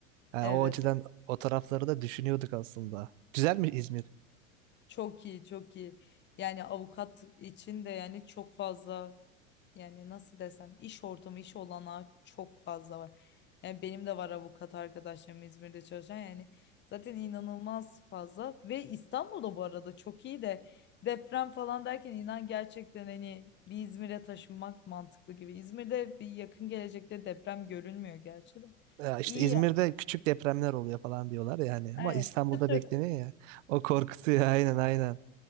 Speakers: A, on the right; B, on the left.
A: Yani
B: Evet.
A: o açıdan o tarafları da düşünüyorduk aslında. Güzel mi İzmir?
B: Çok iyi, çok iyi. Yani avukat için de yani çok fazla yani nasıl desem iş ortamı, iş olanağı çok fazla var. Yani benim de var avukat arkadaşlarım İzmir'de çalışan yani zaten inanılmaz fazla ve İstanbul'da bu arada çok iyi de deprem falan derken inan gerçekten hani bir İzmir'e taşınmak mantıklı gibi. İzmir'de bir yakın gelecekte deprem görünmüyor gerçi de.
A: Ya işte
B: İyi
A: İzmir'de
B: ya.
A: küçük depremler oluyor falan diyorlar yani ama
B: Evet.
A: İstanbul'da
B: Çıtır
A: bekleniyor ya. O korkutuyor <laughs> aynen aynen.